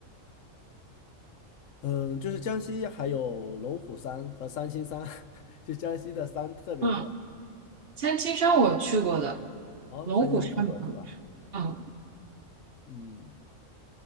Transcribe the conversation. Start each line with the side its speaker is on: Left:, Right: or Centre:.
Left: 嗯，就是江西还有龙虎山和三清山，<laughs> 就江西的山特别多。
Right: 嗯，三清山我去过的，
Left: 哦，
Right: 龙虎山没有
Left: 三清山去过是吧？
Right: 嗯，
Left: 嗯